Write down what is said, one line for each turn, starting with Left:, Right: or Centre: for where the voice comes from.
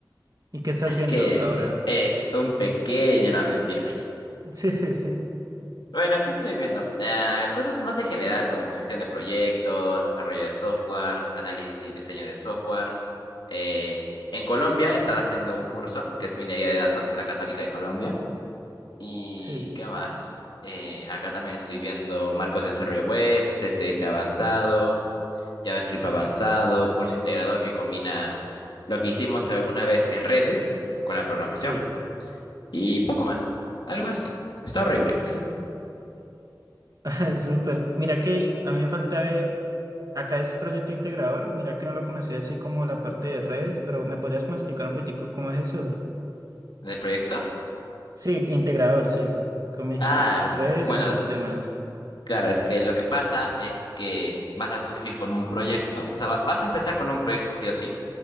Right: ¿Y qué estás
Left: Así
Right: viendo
Left: que
Right: ahora?
Left: eres un pequeño, no, mentira.
Right: <laughs>
Left: Bueno, ¿qué estoy viendo? Ah, cosas más en general como gestión de proyectos, desarrollo de software, análisis y diseño de software. Eh, en Colombia estaba haciendo un curso que es minería de datos en la Católica de Colombia. ¿Y
Right: Sí, sí,
Left: qué más? Eh, acá también estoy viendo marcos de desarrollo web, CSS avanzado, JavaScript avanzado, curso integrador que combina lo que hicimos alguna vez que es redes con la programación
Right: sí.
Left: y poco más. Algo así. Está horrible.
Right: <laughs> Súper. Mira que a mí me falta ver, acá es proyecto integrador, mira que no lo conocía así como la parte de redes, pero ¿me podrías como explicar un poquitico cómo es eso?
Left: ¿El proyecto?
Right: Sí, integrador, sí. Como me dijiste
Left: Ah,
Right: es que redes
Left: bueno.
Right: y sistemas.
Left: Claro, es que lo que pasa es que vas a surgir con un proyecto, o sea, va- vas a empezar con un proyecto sí o sí,